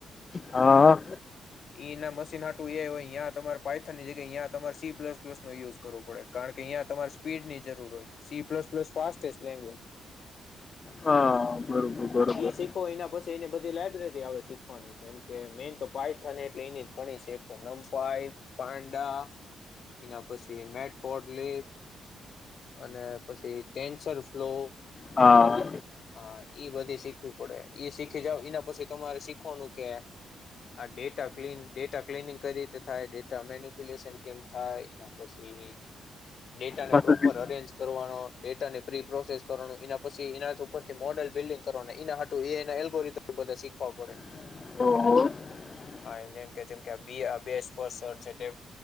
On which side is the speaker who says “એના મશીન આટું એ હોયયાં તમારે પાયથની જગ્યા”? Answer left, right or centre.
Left